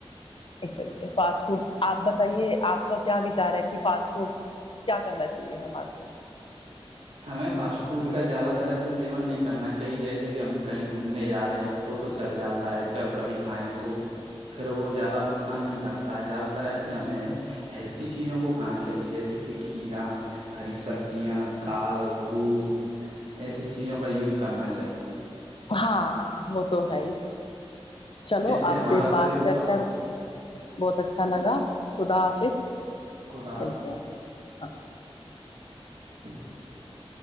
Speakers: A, on the left (about 60°); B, on the right (about 80°).
A: اس لیے فاسٹ فوڈ آپ بتائیے آپ کا کیا وچار ہے کہ فاسٹ فوڈ کیا کرنا چاہیے ہمارے کو
B: ہمیں فاسٹ فوڈ کا زیادہ ترح سے سیون نہیں کرنا چاہیے جیسے کہ ہم کہیں گھومنے جا رہے ہیں تو تو چل جاتا ہے جب کبھی کیں تو پھر وہ زیادہ نقصان نہیں کرتا ہے زیادہ ترح سے ہمیں ہیلتھی چیزوں کو کھانا چاہیے جیسے کہ کھیرا ہری سبزیاں پل دودھ ایسی چیزوں کا یوز کرنا چاہیے
A: ہاں وہ تو ہے ہی چلو
B: اس
A: آپ
B: ہمارا
A: سے بات
B: شریر
A: کر
B: سوستھ
A: کر بہت اچھا چلگا خدا آفس
B: خدا
A: ملتے
B: حافظ
A: ہیں ہاں <inaudible>
B: <inaudible>